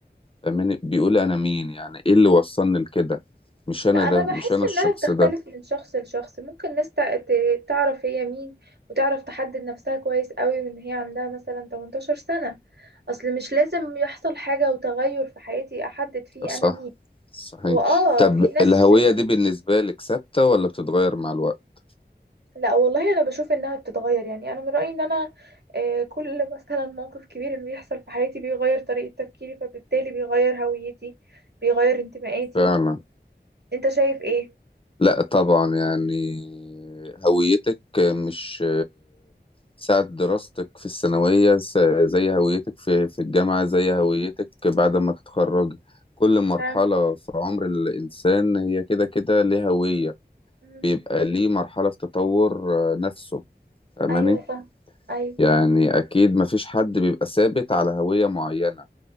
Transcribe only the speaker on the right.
لأ
أنا
بحس
إنها
بتختلف
من شخص لشخص ممكن ناس تع- ت- تعرف هي مين وتعرف تحدد نفسها كويس قوي من هي عندها مثلا 18 سنة أصل مش لازم يحصل حاجة وتغير في حياتي أحدد فيه
أنا مين
هو اه
في ناس
لا والله انا بشوف انها بتتغير يعني انا من رايي ان انا آه، كل <laughs> مثلا موقف كبير انه بيحصل في حياتي بيغير طريقه تفكيري فبالتالي بيغير هويتي بيغير انتمائاتي
انت شايف ايه
ف...
مم.
ايوه فاهم ايوه